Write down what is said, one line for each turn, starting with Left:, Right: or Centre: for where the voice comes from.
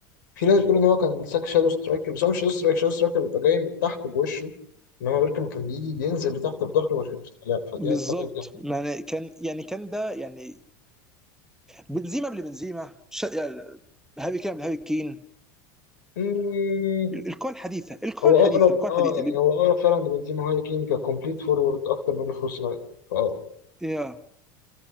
Left: في ناس بتقول ان هو كان ساك شادو سترايكر بس هو مش شادو سترايكر شادو سترايكر بيبقى جاي من تحت بوشه انما بيركم كان بيجي بينزل لتحت بظهره عشان يفتح لعب فدي
Centre: بالظبط
Left: الحاجات دي
Centre: يعني كان يعني كان ده يعني بنزيما قبل بنزيما ش... يعني هاري كين قبل هاري كين
Left: مم،
Centre: ال- الكون الحديثه الكون
Left: هو
Centre: الحديثه
Left: اقرب
Centre: الكون
Left: اه
Centre: الحديثه
Left: يعني
Centre: بي...
Left: هو اقرب فعلا لبنزيما هاي كين ككومبليت فورورد اكتر منه فولس ناين فاه
Centre: يا